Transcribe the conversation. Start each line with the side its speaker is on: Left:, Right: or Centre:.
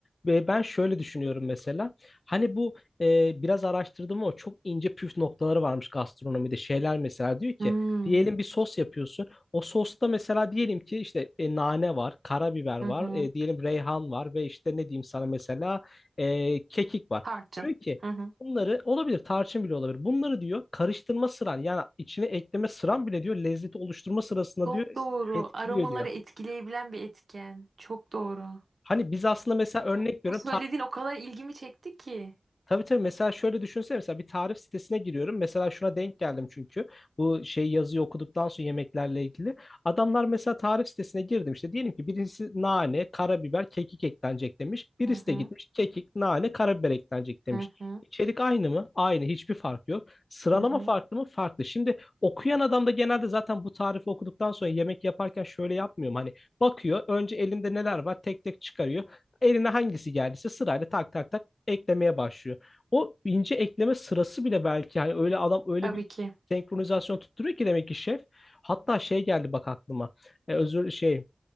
Left: Ve ben şöyle düşünüyorum mesela. Hani bu e, biraz araştırdım o çok ince püf noktaları varmış gastronomide. Şeyler mesela diyor ki
Right: Hmm.
Left: diyelim bir sos yapıyorsun. O sosta mesela diyelim ki işte e, nane var, karabiber var,
Right: Hı hı.
Left: e, diyelim reyhan var ve işte ne diyeyim sana mesela e, kekik var.
Right: Tarçın.
Left: Diyor ki
Right: Hı hı.
Left: Bunları olabilir tarçın bile olabilir. Bunları diyor karıştırma sıran yani içine ekleme sıran bile diyor lezzeti oluşturma sırasında
Right: Çok
Left: diyor
Right: doğru.
Left: etkiliyor
Right: Aromaları
Left: diyor.
Right: etkileyebilen bir etken. Çok doğru.
Left: Hani biz aslında mesela örnek
Right: Bu,
Left: veriyorum
Right: bu söylediğin o kadar ilgimi çekti ki.
Left: Tabii tabii mesela şöyle düşünsene mesela bir tarif sitesine giriyorum. Mesela şuna denk geldim çünkü bu şey yazıyı okuduktan sonra yemeklerle ilgili. Adamlar mesela tarif sitesine girdim işte diyelim ki birisi nane, karabiber, kekik eklenecek demiş. Birisi
Right: Hı hı.
Left: de gitmiş kekik, nane, karabiber eklenecek demiş.
Right: Hı hı.
Left: İçerik aynı mı? Aynı. Hiçbir fark yok. Sıralama
Right: Hı hı.
Left: farklı mı? Farklı. Şimdi okuyan adam da genelde zaten bu tarifi okuduktan sonra yemek yaparken şöyle yapmıyorum. Hani bakıyor önce elimde neler var tek tek çıkarıyor. Eline hangisi geldiyse sırayla tak tak tak eklemeye başlıyor. O ince ekleme sırası bile belki hani öyle adam öyle
Right: Tabii
Left: bir
Right: ki.
Left: senkronizasyon tutturuyor ki demek ki şef. Hatta şey geldi bak aklıma. E, özür şey